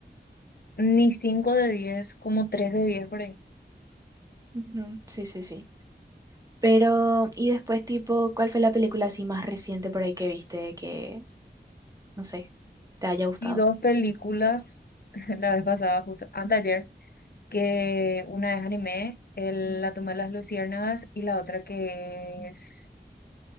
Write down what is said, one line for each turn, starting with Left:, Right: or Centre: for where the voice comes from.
Left: Ni 5 de 10, como 3 de 10 por ahí.
Right: Ujú, Sí, sí, sí. Pero, y después tipo, ¿cuál fue la película así más reciente por ahí que viste que, no sé, te haya gustado?
Left: Vi dos películas <laughs> la vez pasada, justo anteayer, que una es anime, el, La tumba de las luciérnagas, y la otra que es,